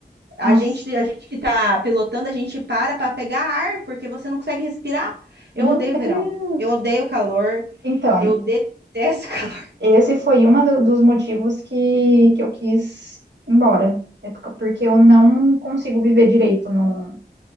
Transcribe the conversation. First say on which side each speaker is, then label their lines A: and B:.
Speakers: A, on the right; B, on the right.
A: A
B: nossa,
A: gente, a gente que tá pilotando, a gente para para pegar ar porque você não consegue respirar.
B: meu
A: Eu odeio
B: Deus.
A: verão. Eu odeio calor.
B: Então,
A: Eu detesto <laughs>
B: Esse foi um dos motivos que, que eu quis ir embora. É por- porque eu não consigo viver direito no,